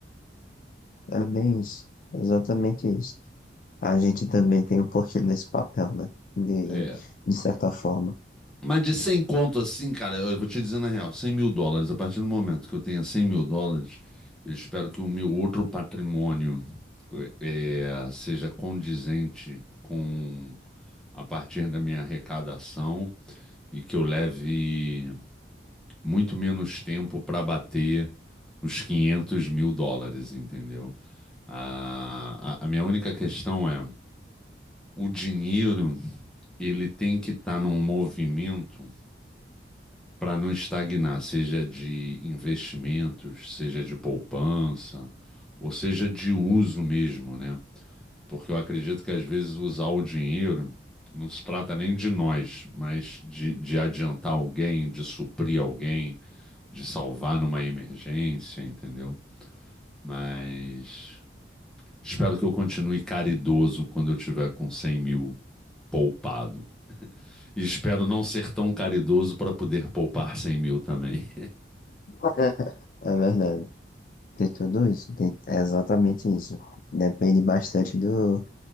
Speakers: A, on the left (about 45°); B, in the centre.
A: É bem isso, exatamente isso. A gente também tem um pouquinho desse papel, né? De,
B: É,
A: de certa forma.
B: Mas de 100 conto assim, cara, eu vou te dizer na real, cem mil dólares, a partir do momento que eu tenha 100 mil dólares, eu espero que o meu outro patrimônio eh, eh, seja condizente com a partir da minha arrecadação e que eu leve muito menos tempo para bater os 500 mil dólares, entendeu? A, a, a minha única questão é, o dinheiro, ele tem que estar num movimento para não estagnar, seja de investimentos, seja de poupança, ou seja de uso mesmo, né? Porque eu acredito que às vezes usar o dinheiro não se trata nem de nós, mas de, de adiantar alguém, de suprir alguém, de salvar numa emergência, entendeu? Mas espero que eu continue caridoso quando eu tiver com 100 mil poupado. E espero não ser tão caridoso para poder poupar 100 mil também.
A: <laughs> É verdade. Tem tudo isso. Tem, é exatamente isso. Depende bastante do,